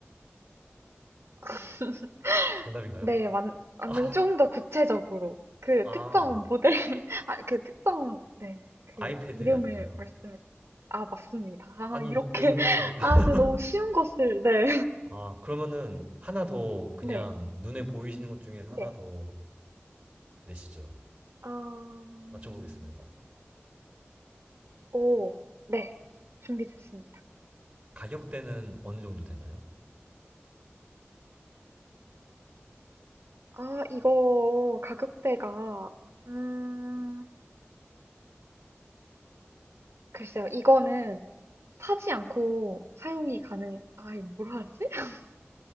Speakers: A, on the right (about 75°); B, on the right (about 25°).
A: <laughs>
B: 정답인가요?
A: 네, 맞, 맞는데
B: <laughs>
A: 조금 더 구체적으로, 그
B: 아,
A: 특정 모델, <laughs> 아, 그 특정, 네, 그
B: 아이패드
A: 이름을
B: 아닌가요?
A: 말씀해, 아, 맞습니다. 아,
B: 아니,
A: 이렇게,
B: 너무,
A: <laughs>
B: <laughs>
A: 아, 제가 너무 쉬운 것을, 네.
B: 아, 그러면은 하나 더 그냥
A: 네.
B: 눈에 보이시는 것 중에서
A: 네.
B: 하나 더 내시죠.
A: 아 음.
B: 맞춰보겠습니다.
A: 오. 네. 준비됐습니다.
B: 가격대는 어느 정도 되나요?
A: 아 이거 가격대가 음 글쎄요. 이거는 사지 않고 사용이 가능 아 이거 뭐라 하지? <laughs>